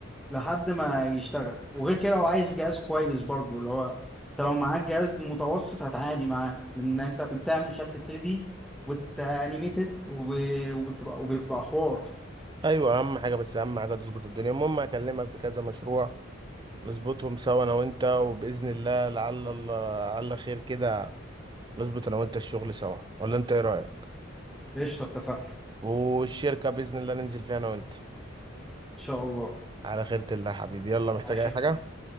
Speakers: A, in the centre; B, on the right (about 20°).
A: لحد ما يشتغل وغير كده لو عايز جهاز كويس برضو اللي هو انت لو معاك جهاز متوسط هتعاني معاه لان انت بتعمل شكل 3 دي وانيميتد وبتبقى وبيبقى حوار
B: ايوه اهم حاجه بس اهم حاجه تظبط الدنيا المهم هكلمك في كذا مشروع نظبطهم سوا انا وانت وباذن الله لعل الله لعل خير كده نظبط انا وانت الشغل سوا ولا انت ايه رايك
A: قشطه اتفقنا ان
B: والشركه باذن الله ننزل فيها انا وانت
A: شاء الله
B: على خيرة الله يا حبيبي يلا محتاج
A: على خير
B: اي حاجه
A: يا